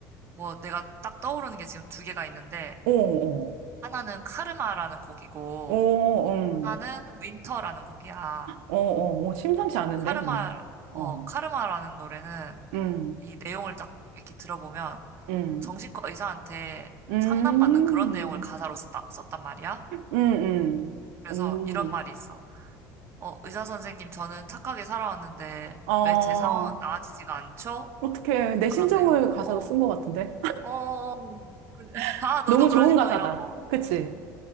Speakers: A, on the right; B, on the right.
A: 뭐 내가 딱 떠오르는 게 지금 두 개가 있는데
B: 어,
A: 하나는 카르마라는 곡이고
B: 어, 어, 음,
A: 하나는 윈터라는 곡이야.
B: 어, 어, 어, 심상치 않은데,
A: 카르마,
B: 뭔가. 어,
A: 어, 카르마라는 노래는
B: 음,
A: 이 내용을 딱 이렇게 들어보면
B: 음,
A: 정신과 의사한테
B: 음,
A: 상담받는 그런 내용을 가사로 썼다, 썼단 말이야.
B: 음, 음,
A: 그래서
B: 오,
A: 이런 말이 있어. 어, 의사 선생님, 저는 착하게 살아왔는데
B: 아,
A: 왜 제 상황은 나아지지가 않죠?
B: 어떡해. 내
A: 그런
B: 심정을
A: 내용.
B: 가사로
A: 어,
B: 쓴 것 같은데?
A: 어, 어. 그- <laughs>
B: <laughs>
A: 아, 너도
B: 너무
A: 그런
B: 좋은
A: 심정이라고?
B: 가사다. 그치?